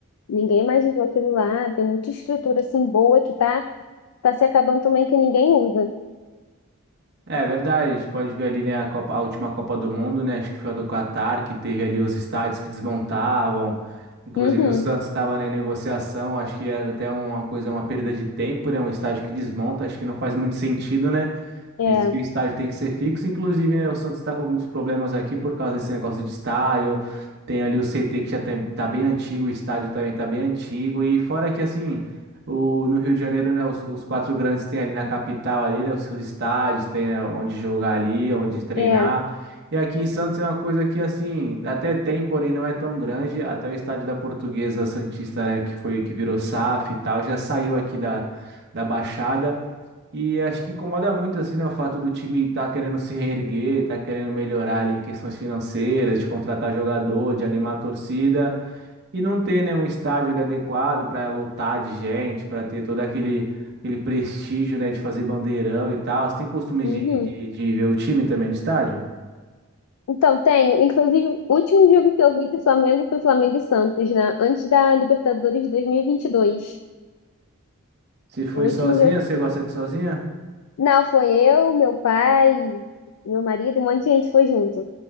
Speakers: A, on the left; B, on the right.
A: Ninguém mais usou aquilo lá. Tem muita estrutura assim boa que tá, tá se acabando também que ninguém usa.
B: É verdade, a gente pode ver ali, né, a Copa- a última Copa do Mundo, né, acho que foi a do Catar, que teve ali os estádios que desmontavam, inclusive
A: Uhum,
B: o Santos estava, né, em negociação, acho que era até uma coisa, uma perda de tempo, né, um estádio que desmonta, acho que não faz muito sentido, né,
A: é,
B: visto que o estádio tem que ser fixo. Inclusive, né, o Santos está com alguns problemas aqui por causa desse negócio de estádio. Tem ali o CT que já tem, tá bem antigo, o estádio também tá bem antigo. E fora que, assim, o, no Rio de Janeiro, né, os, os quatro grandes têm ali na capital, ali, né, os seus estádios, tem, né, onde jogar ali, onde treinar.
A: é,
B: E aqui em Santos é uma coisa que, assim, até tem, porém não é tão grande. Até o estádio da Portuguesa Santista, né, que foi, que virou SAF e tal, já saiu aqui da, da Baixada. E acho que incomoda muito, assim, né, o fato do time estar querendo se reerguer, estar querendo melhorar ali em questões financeiras, de contratar jogador, de animar a torcida, e não ter, né, um estádio ali adequado para lotar de gente, para ter todo aquele, aquele prestígio, né, de fazer bandeirão e tal. Você tem costume
A: uhum.
B: de, de, de ver o time também no estádio?
A: Então, tenho. Inclusive, o último jogo que eu vi do Flamengo foi Flamengo e Santos, né? Antes da Libertadores de 2022.
B: Você foi
A: O último
B: sozinha?
A: jogo
B: Você gosta de sozinha?
A: Não, foi eu, meu pai, meu marido, um monte de gente foi junto.